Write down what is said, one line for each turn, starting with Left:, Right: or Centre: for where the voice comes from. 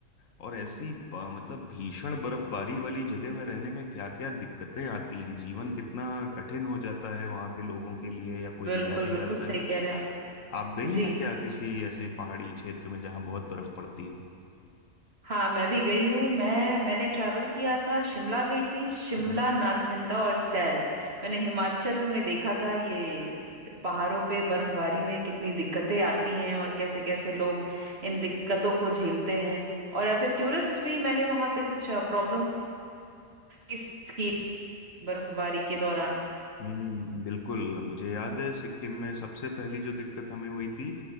Left: और ऐसी ब- मतलब भीषण बर्फबारी वाली जगह में रहने में क्या क्या दिक्कतें आती हैं जीवन कितना कठिन हो जाता है वहाँ के लोगों के लिए या कोई
Right: बिल्कुल
Left: नया भी
Right: बिल्कुल
Left: जाता
Right: सही
Left: है
Right: कह रहे हैं आप
Left: आप गई
Right: जी
Left: हैं क्या किसी ऐसे पहाड़ी क्षेत्र में जहां बहुत बर्फ पड़ती हो
Right: हाँ मैं भी गई हूँ मैं मैंने ट्रैवल किया था शिमला गई थी शिमला
Left: हम्म
Right: नारखंडा और चैल मैंने हिमाचल में देखा था ये पहाड़ों पे बर्फबारी में कितनी दिक्कतें आती हैं और कैसे कैसे लोग इन दिक्कतों को झेलते हैं और एज ए टूरिस्ट भी मैंने वहाँ पे कुछ प्रॉब्लम्स फेस की बर्फबारी के दौरान
Left: हम्म, बिल्कुल मुझे याद है सिक्किम में सबसे पहली जो दिक्कत हमें हुई थी